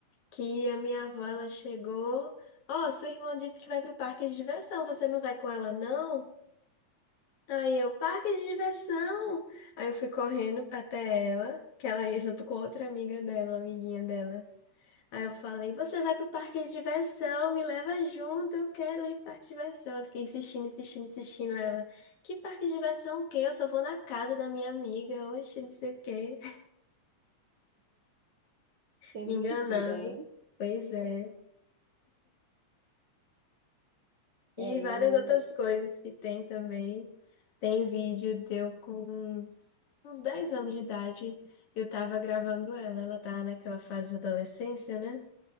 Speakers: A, on the left; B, on the right.
A: que a minha avó ela chegou. Ó, sua irmã disse que vai pro parque de diversão, você não vai com ela, não? Aí eu, parque de diversão! Aí eu fui correndo até ela, que ela ia junto com outra amiga dela, uma amiguinha dela. Aí eu falei, você vai pro parque de diversão, me leva junto, eu quero ir pro parque de diversão. Eu fiquei insistindo, insistindo, insistindo. Aí ela, que parque de diversão o quê? Eu só vou na casa da minha amiga, oxe, não sei o quê. <laughs>
B: sendo
A: Me enganando.
B: mentira, hein?
A: Pois é. E
B: É,
A: várias
B: eu.
A: outras coisas que tem também. Tem vídeo deu com uns, uns 10 anos de idade. Eu tava gravando ela, ela tava naquela fase da adolescência, né?